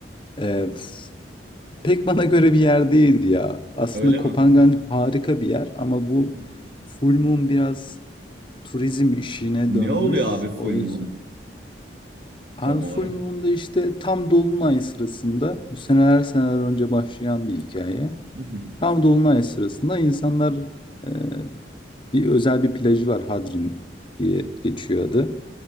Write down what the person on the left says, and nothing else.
e, f- pek bana göre bir yer değildi ya. Aslında
Kopangan
harika bir yer ama bu
Full Moon biraz turizm işine
dönmüş.
O yüzden
Abi
Full
Moon'da işte tam dolunay sırasında bu seneler seneler önce başlayan bir hikaye.
Tam dolunay sırasında insanlar e, bir özel bir plajı var Hadrin diye geçiyor adı.